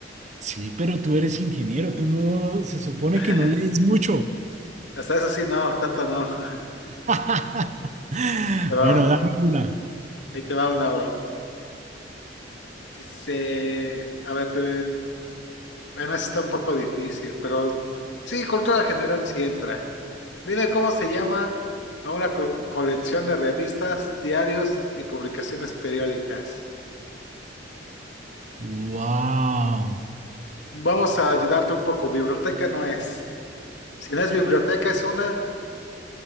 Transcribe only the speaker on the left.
<laughs>
Hasta eso sí, no, tanto no. <laughs>
Pero
ahí te va una, bro. Dice, a ver, te... bueno, eso está un poco difícil, pero sí, cultura general sí entra. Dime cómo se llama a una co- colección de revistas, diarios y publicaciones periódicas.
Vamos a ayudarte un poco. Biblioteca no es. Si no es biblioteca, es una.